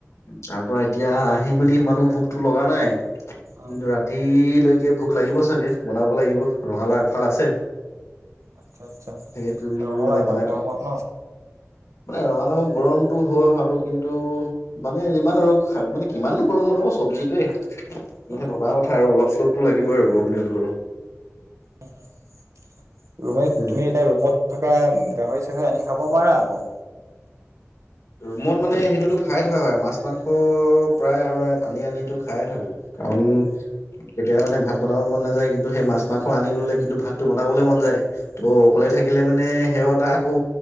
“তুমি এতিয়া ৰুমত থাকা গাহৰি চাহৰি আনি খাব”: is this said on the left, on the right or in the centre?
Right